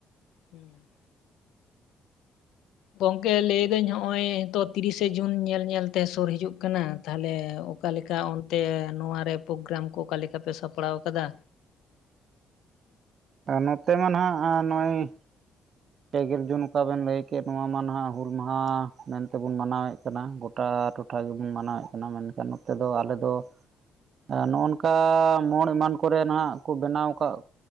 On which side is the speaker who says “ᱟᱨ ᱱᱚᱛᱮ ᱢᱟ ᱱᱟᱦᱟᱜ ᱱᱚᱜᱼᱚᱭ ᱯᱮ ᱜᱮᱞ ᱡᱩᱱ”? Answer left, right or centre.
Right